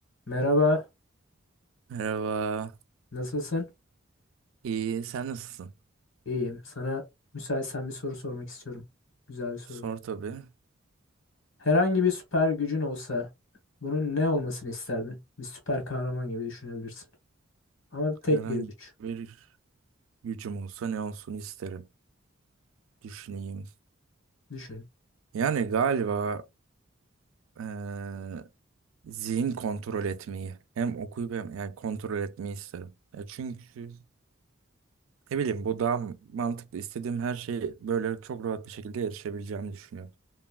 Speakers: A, on the left (about 70°); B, on the right (about 75°).
A: Merhaba,
B: Merhaba.
A: nasılsın?
B: İyi, sen nasılsın?
A: İyiyim. Sana müsaitsen bir soru sormak istiyorum. Güzel bir soru.
B: Sor tabii.
A: Herhangi bir süper gücün olsa bunun ne olmasını isterdin? Bir süper kahraman gibi düşünebilirsin. Ama tek
B: Herhangi
A: bir güç.
B: bir gücüm olsa ne olsun isterim. Düşüneyim.
A: Düşün.
B: Yani galiba eee, zihin kontrol etmeyi hem okuyup hem yani kontrol etmeyi isterim. Ya çünkü ne bileyim bu daha mantıklı. İstediğim her şeyi böyle çok rahat bir şekilde erişebileceğimi düşünüyorum.